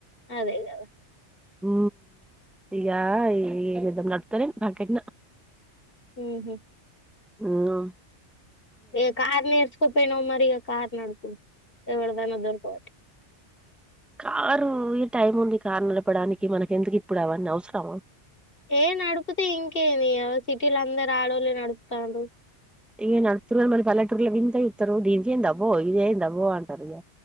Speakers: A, on the left (about 50°); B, in the centre.
A: అదే కదా
B: హూ ఇకా ఏదమ్ నడతారే మానా
A: హూ హు
B: ఉ ఆ
A: ఏ కార్ నేర్సుకొనిపోయినవ్ మరిగా కార్ నడుపు ఎవరిదైనా దొరకబట్టి
B: కారు ఈ టైం ఉంది కారు నడపడానికి మనకి ఎందుకు ఇప్పుడు అవన్నీ అవసరమా
A: ఏ నడుపుతే ఇంకేంది సిటీలో అందరు ఆడోళ్ళే నడుపుతారు.
B: ఇంకేం నడుప్తున్నారు మరి పల్లెటూర్లో వింతగ చూత్త రు దీనీకెందబో ఇదేందబో అంటారు ఇగ